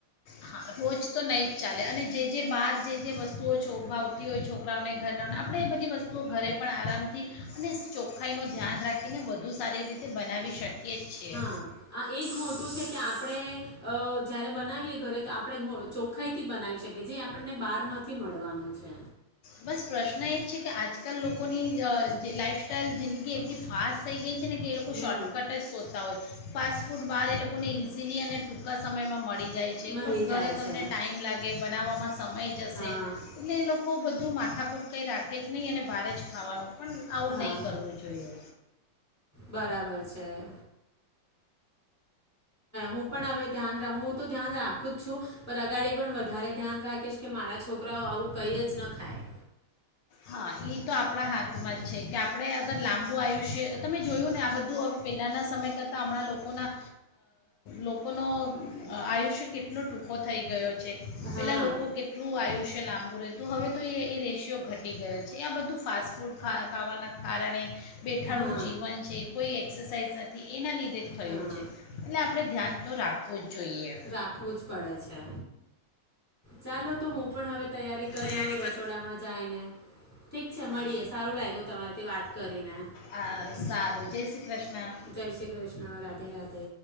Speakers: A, on the left (about 70°); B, on the left (about 25°).
A: હા રોજ તો નહીં જ ચાલે અને જે જે બહાર જે જે વસ્તુઓોાવતી હોય છોકરાઓને ઘરનાઓને આપણે એ બધી વસ્તુઓ ઘરે પણ આરામથી અને ચોખ્ખાઈનું ધ્યાન રાખીને વધુ સારી રીતે બનાવી શકીએ. જ છીએ
B: હા આ એજ મોટું છે કે આપણેે અ જયારે બનાવીયએ ઘરે તો આપ આપણે ચોખાઈ થી બનાવી શકીએ જે આપણને બહાર નથી મળવાનું છે.
A: બસ પ્રશ્ન એ છે કે આજકાલ લોકોની જે લાઈફસ્ટાઇલ જિંદગી એટલી ફાસ્ટ થઈ ગઈ છે. ને કે એ લોકો
B: હમ
A: શોર્ટકટ જ શોધતા હોય. ફાસ્ટ ફૂડ બહાર એ લોકોને ઇઝીલી અને ટૂંકા સમયમાં મળી જાય છે
B: મળી
A: બસ
B: જાય
A: ઘરે તમને
B: છે
A: ટાઈમ લાગે. બનાવવામાં. સમય જશે
B: હા
A: એટલે એ લોકો બધા તું માથાકૂટ કંઈ રાખે જ નહીં અને બહાર જ ખાવાનું પણ આવું
B: હા
A: નહીં કરવું જોઈએ.
B: બરાબર છે હું પણ હવે ધ્યાન હું તો ધ્યાન રાખું જ છું પણ અગાડી પણ વધારે ધ્યાન રાખીશ કે મારા છોકરાઓ આવું કઈ જ ન ખાય
A: હા એ તો આપણા હાથમાં જ છે કે આપણે અગર લાંબુ આયુષ્ય તમે જોયું ને આ બધું હવે પહેલાંના સમય કરતાં હમણાં લોકોના લોકોનો આયુષ્ય કેટલો ટૂંકો થઈ ગયો છે
B: હા
A: પેલા લોકો કેટલું આયુષ લાંબુ રહેતું હવે તો એ રેશિયો ઘટ ઘટી ગયો છે આ બધું ફાસ્ટ ફૂડ ખા ખાવાના કારણે બેઠાડું
B: હા
A: જીવન છે કોઈ એક્સરસાઇઝ નથી એના લીધે થયું
B: હા
A: છે એટલે આપ આપણે ધ્યાન તો રાખવું જ જોઈએ
B: રાખવું જ પડે છે ચાલો તો હું પણ હવે તૈયારી કરી
A: તૈયારી
B: લે રસોડામાં
A: કર
B: જાયને ઠીક છે
A: હા
B: મળીએ સારું લાગ્યું તમારીથી વાત કરીને
A: હા, સારું જય શ્રી કૃષ્ણ
B: જય શ્રી કૃષ્ણ રાધે રાધે